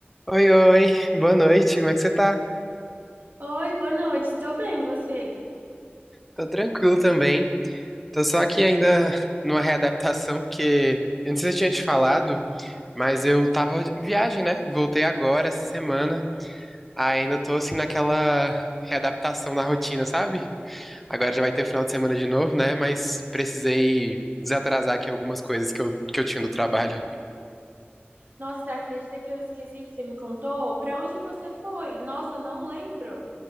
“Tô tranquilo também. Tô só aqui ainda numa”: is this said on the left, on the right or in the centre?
Centre